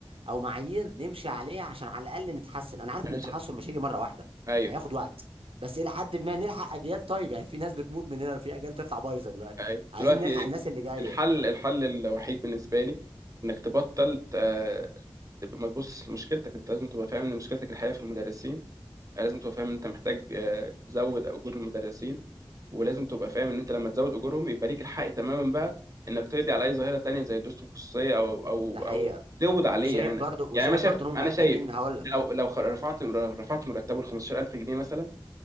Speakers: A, on the right; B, on the right.
A: أو معايير نمشي عليها عشان على الأقل نتحسن أنا عارف
B: انا
A: إن التحسن
B: ش...
A: مش هيجي مرة واحدة
B: ايوه
A: هياخد وقت بس إلى حد ما نلحق أجيال طيب يعني في ناس بتموت مننا في أجيال تطلع بايظة دلوقتي
B: أيوة.
A: عايزين
B: دلوقتي
A: نلحق الناس اللي جاية
B: الحل الحل الوحيد بالنسبه لي انك تبطل آه، تبقى ما تبص لمشكلتك انت لازم تبقى فاهم ان مشكلتك الحقيقيه في المدرسين يعني لازم تبقى فاهم ان انت محتاج آه، تزود اجور المدرسين ولازم تبقى فاهم ان انت لما تزود اجورهم يبقى ليك الحق تماما بقى انك تقضي على اي ظاهره تانية زي الدروس الخصوصيه او او
A: ده حقيقة
B: او تقبض عليه
A: وشايف
B: يعني
A: برضو
B: أنا- يعني
A: وشايف
B: انا شايف
A: برضو ان
B: انا
A: هم محتاجين
B: شايف
A: هقول لك
B: لو لو خ- رفعت
A: هو-
B: رفعت مرتبه ل 15000 جنيه مثلا